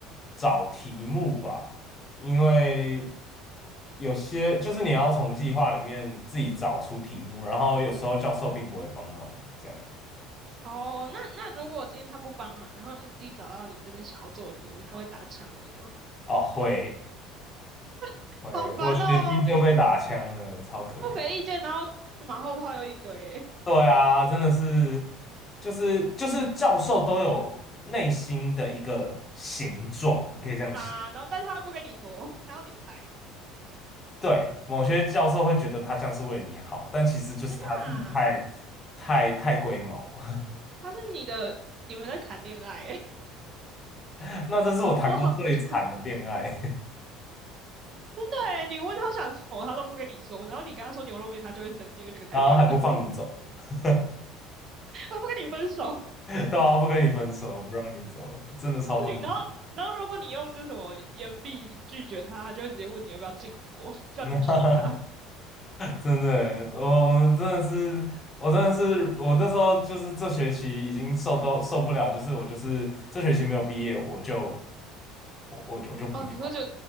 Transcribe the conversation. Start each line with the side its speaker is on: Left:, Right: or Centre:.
Left: 找题目吧，因为。有些就是你要从计划里面自己找出题目，然后有时候教授并不会帮忙，这样
Right: 哦，那那如果今天他不帮忙，然后你自己找到你真的想要做的题目，他会打枪你吗？
Left: 哦，会
Right: <laughs>
Left: 会，
Right: 好烦哦，
Left: 我学弟就被打枪了，超可怜。
Right: 不给意见，然后马后炮又一堆欸
Left: 对啊，真的是，就是就是教授都有内心的一个形状，你可以这样想。
Right: 啊，然后但是他不跟你说，他要你猜。
Left: 对，某些教授会觉得他这样是为了你好，但其实就是他自己太
Right: 天呐，
Left: 太太龟毛。
Right: 他是你的，你们在谈恋爱欸，
Left: <laughs> 那这是我谈过最惨的恋爱，
Right: <laughs> 好好真的哎，你问他想吃什么，他都不跟你说，然后你跟他说牛肉面，他就会生气，
Left: <laughs>
Right: 因为那个太胖了，
Left: 然后还不放你走，
Right: <laughs>
Left: <laughs>
Right: 他不跟你分手。<laughs>
Left: 对啊，不跟你分手，不让你走，真的超痛苦。
Right: 你然后，然后如果你用这什么言必拒绝他，他就会直接问你要不要进博，叫你娶她。
Left: <laughs> 真的欸，哦我真的是，我真的是，我那时候就是这学期已经受到受不了，就是我就是这学期没有毕业，我就我我就我就不要，
Right: 哦，你说就